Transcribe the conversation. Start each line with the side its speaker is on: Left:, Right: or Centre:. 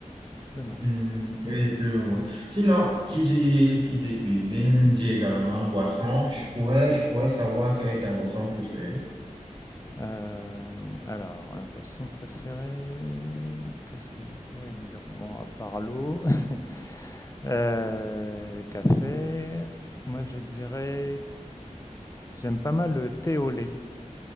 Left: C'est dommage.
Right: hmm,
Left: Mm.
Right: oui, plus ou moins. Sinon, qui dit, qui dit cuisine, dit également boisson. Je pourrais, je pourrais savoir quelle est ta boisson préférée.
Left: Euh, alors, un boisson préféré, qu'est-ce que je pourrais dire? Bon, à part l'eau, <laughs> euh, café. Moi, je dirais, j'aime pas mal le thé au lait.